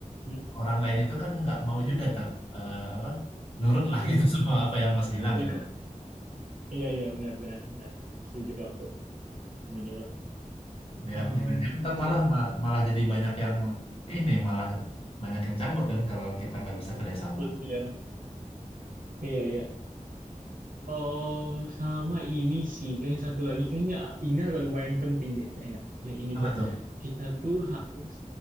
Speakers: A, on the right; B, on the left.
A: mm.
B: orang lain itu kan nggak mau juga ntar eh, apa nurut lah
A: Iya,
B: gitu <laughs> semua apa yang Mas bilang
A: iya,
B: gitu loh.
A: iya, iya, benar-benar, benar, benar, benar. Setuju aku dengan itu.
B: Dia
A: Um,
B: jangan ntar
A: Oke,
B: malah ma- malah jadi banyak yang ini malah banyak yang cabut kan kalau kita nggak bisa kerjasama.
A: Iya, iya, iya. Oh, sama ini sih. Kayaknya satu lagi, kayaknya ini agak lumayan penting deh kayaknya. Yang ini
B: Apa
A: tuh,
B: tuh?
A: kita tuh harus